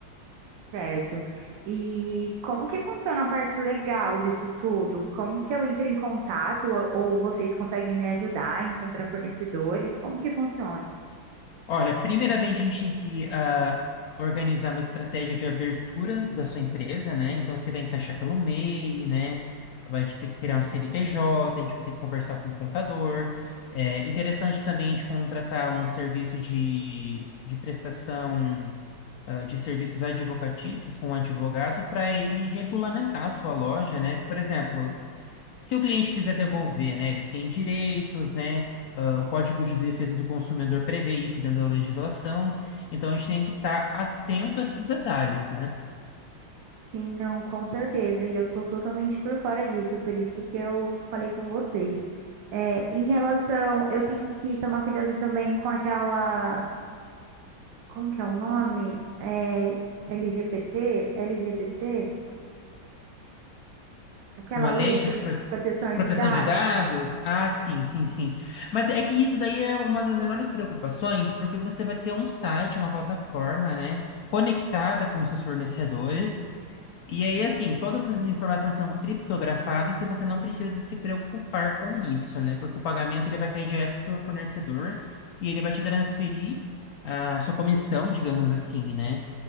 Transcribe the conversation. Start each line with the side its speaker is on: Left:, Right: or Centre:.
Right: Certo. E como que funciona a parte legal disso tudo? Como que eu entro em contato? Ou ou vocês conseguem me ajudar a encontrar fornecedores? Como que funciona?
Left: Olha, primeiramente a gente tem que ah, organizar uma estratégia de abertura da sua empresa, né? Então você vai encaixar pelo MEI, né? Vai ter que criar um CNPJ, a gente vai ter que conversar com o contador. É interessante também a gente contratar um serviço de, de prestação ah, de serviços advocatícios com um advogado para ele regulamentar a sua loja, né? Por exemplo, se o cliente quiser devolver, né, ele tem direitos, né, ah, o Código de Defesa do Consumidor prevê isso dentro da legislação, então a gente tem que estar atento a esses detalhes, né?
Right: Sim, não, com certeza. E eu tô totalmente por fora disso, por isso que eu falei com vocês. É, em relação, eu tenho que tomar cuidado também com aquela, como que é o nome? É, LGBT, LGBT, aquela
Left: Uma lei
Right: lei de
Left: de
Right: prote-
Left: pro-
Right: proteção
Left: proteção
Right: de dados.
Left: de dados? Ah, sim, sim, sim. Mas é que isso daí é uma das menores preocupações, porque você vai ter um site, uma plataforma, né, conectada com os seus fornecedores. E aí, assim, todas essas informações são criptografadas e você não precisa se preocupar com isso, né? Porque o pagamento ele vai cair direto para o seu fornecedor e ele vai te transferir a sua comissão, digamos assim, né?